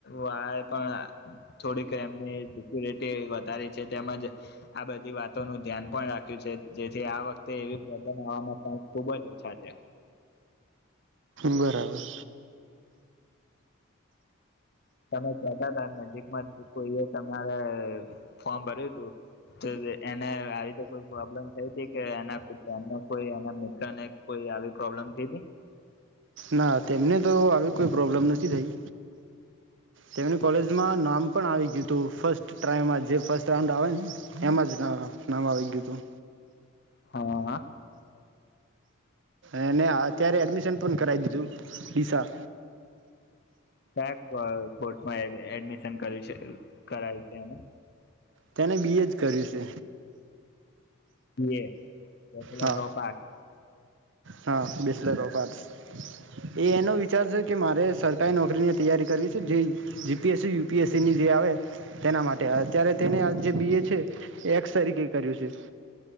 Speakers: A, on the left; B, on the right.
A: વાળા એ પણ થોડીક એમની સિક્યુરિટી વધારી છે તેમજ આ બધી વાતોનું ધ્યાન પણ રાખ્યું છે જેથી આ વખતે એવી પ્રોબ્લેમ આવાનો ચાન્સ ખુબ જ ઓછા છે.
B: બરાબર.
A: તમે કેહતા તા નજીકમાં કોઈ એ તમારે ફોર્મ ભર્યું તું, તો એને આવી રીતે કોઈ પ્રોબ્લમ થઈ તી કે એના કોઈ ગામના કોઈ એના મિત્રને કોઈ આવી પ્રોબ્લમ થી તી?
B: ના તેમને તો આવી કોઈ પ્રોબ્લેમ નથી થઈ, તેમની કોલેજમાં નામ પણ આવી ગ્યું તું ફર્સ્ટ ટ્રાયમાં જ, જે ફસ્ટ રાઉન્ડ આવે ને, એમાં જ નામ આવી ગ્યું તું.
A: હાઆ.
B: એને અત્યારે એડમિશન પણ કરાઈ દીધું, પિસા.
A: કયા ક કોર્ટમા એડ એડમિશન કર્યું છે, કરાયું છે એને?
B: તેને બી એ જ કર્યું છે.
A: બી એ, <unintelligible>
B: હા હા, બીસલેટ ઓફાર્સ. એ એને વિચાર છે કે મારે સર કારી નોકરીની તૈયારી કરવી છે, જે G P S C, U P S સીની જે આવે તેના માટે અત્યારે તેને આ જે બી એ છે એ એક્સ તરીકે કર્યું છે.